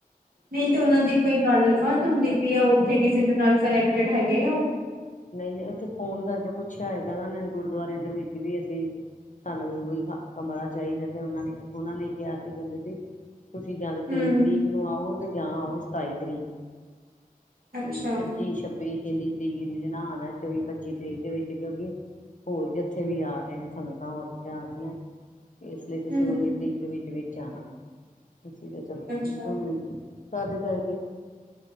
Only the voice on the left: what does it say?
ਨਹੀਂ- ਨਹੀਂ ਉੱਥੇ ਫੋਨ ਕਰਕੇ ਪੁੱਛਿਆ ਹੈਗਾ। ਉਹਨਾਂ ਨੇ ਗੁਰਦੁਆਰਿਆਂ ਦੇ ਵਿੱਚ ਵੀ ਅਸੀਂ ਸਾਨੂੰ ਉਹੀ ਹ ਕਮਰਾ ਚਾਹੀਦਾ ਤੇ ਉਹਨਾਂ ਨੇ ਉਹਨਾਂ ਨੇ ਕਿਹਾ ਸੀ। ਕਹਿੰਦੇ ਸੀ ਤੁਸੀਂ ਜਾਂ ਤੇ
ਤੇਈ ਤਰੀਕ ਨੂੰ ਆਓ। ਤੇ ਜਾਂ ਆਓ ਸਤਾਈ ਤਰੀਕ ਨੂੰ
ਕੋਈ ਪੱਚੀ- ਛੱਬੀ ਇੰਨੀ ਤਰੀਕ ਜਨਾਨ ਚੌਵੀ- ਪੱਚੀ ਤਰੀਕ ਦੇ ਵਿੱਚ ਕਿਉਂਕਿ ਹੋਰ ਜਿੱਥੇ ਵੀ ਆ ਰਹੇ ਨੇ ਸੰਗਤਾਂ ਹੋਰ ਵੀ ਆ ਰਹੀਆਂ। ਇਸ ਲਈ ਤੁਸੀਂ
ਉੱਨੀ ਤਰੀਕ ਦੇ ਵਿੱਚ- ਵਿੱਚ ਜਾਣਾ। ਠੀਕ ਚਲੋ, ਠੀਕ
ਹ ਤਦ ਕਰਕੇ